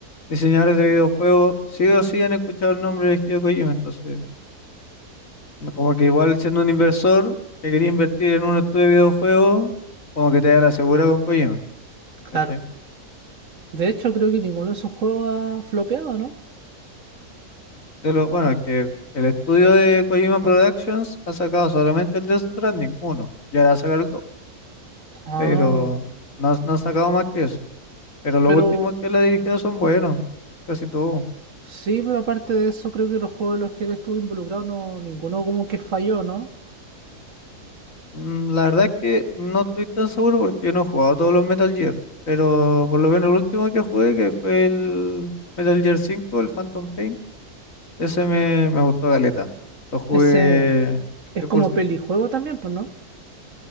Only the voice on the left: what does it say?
diseñadores de videojuegos, sí o sí han escuchado el nombre de Hideo Kojima. Entonces, no- como que igual siendo un inversor que quería invertir en un estudio de videojuegos, como que te da la segura con Kojima.
¿cachai?
De lo, bueno, es que el estudio de Kojima Productions ha sacado solamente el Death Stranding uno y ahora va a sacar el 2,
pero no, ha- no ha sacado más que eso. Pero los
últimos que él ha dirigido son buenos, casi todos.
Mm, La verdad es que no estoy tan seguro porque yo no he jugado todos los Metal Gear, pero por lo menos el último que jugué, que fue el Metal Gear 5, el Phantom Pain, ese me, me gustó galeta. Lo jugué
cien
por ciento